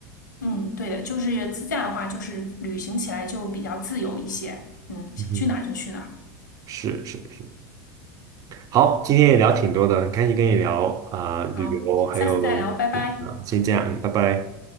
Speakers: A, on the left; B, on the right.
A: 嗯，对的，就是自驾的话，就是旅行起来就比较自由一些。嗯，想去哪儿就去哪儿
B: 嗯是是是，好，今天也聊挺多的，很开心跟你聊啊、旅游，
A: 好，
B: 还有
A: 下次再聊，拜拜。
B: 啊，先这样，嗯，拜拜。